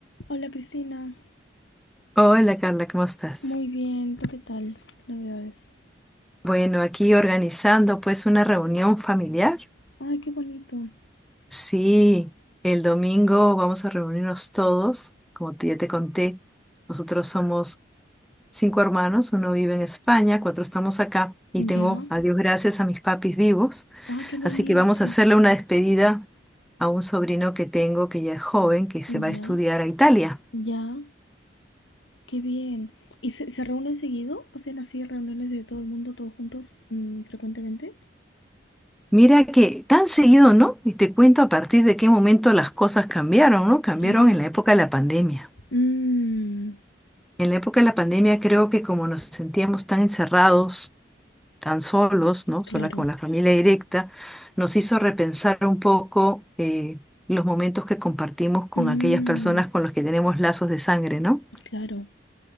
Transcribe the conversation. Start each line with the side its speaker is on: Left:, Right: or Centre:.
Left: Hola Priscila,
Centre: Hola Carla, ¿cómo estás?
Left: muy bien, ¿tú qué tal? Navidades.
Centre: Bueno, aquí organizando pues una reunión familiar.
Left: Ay, qué bonito.
Centre: Sí, el domingo vamos a reunirnos todos, como te- ya te conté, nosotros somos cinco hermanos, uno vive en España, cuatro estamos acá y tengo,
Left: Ya.
Centre: a Dios gracias, a mis papis vivos,
Left: Ah, qué bonito.
Centre: así que vamos a hacerle una despedida a un sobrino que tengo que ya es joven, que se va
Left: Ya.
Centre: a estudiar a Italia.
Left: Ya. Qué bien. ¿Y se, se reúnen seguido? ¿Hacen así reuniones de todo el mundo, todos juntos, mm, frecuentemente?
Centre: Mira que tan seguido, ¿no? Y te cuento a partir de qué momento las cosas cambiaron, ¿no? Cambiaron
Left: A ver.
Centre: en la época de la pandemia.
Left: Mmm,
Centre: En la época de la pandemia creo que como nos sentíamos tan encerrados, tan solos, ¿no?
Left: claro.
Centre: Sola con la familia directa, nos hizo repensar un poco eh, los momentos que compartimos con
Left: Mmm,
Centre: aquellas personas con las que tenemos lazos de sangre, ¿no?
Left: claro.